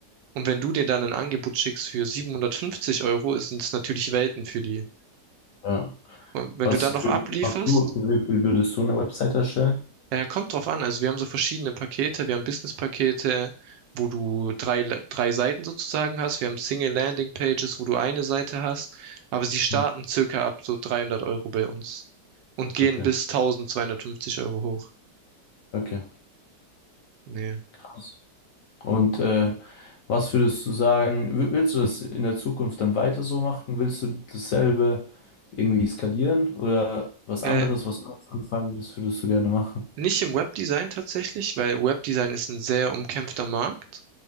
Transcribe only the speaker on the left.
Ja.
Was
für
wie viel machst du, für wie viel würdest du eine Website erstellen?
Hm.
Okay,
okay.
Krass. Und äh, was würdest du sagen, wi- willst du das in der Zukunft dann weiter so machen? Willst du dasselbe irgendwie skalieren oder was anderes,
was anderes anfangen, was würdest du gerne machen?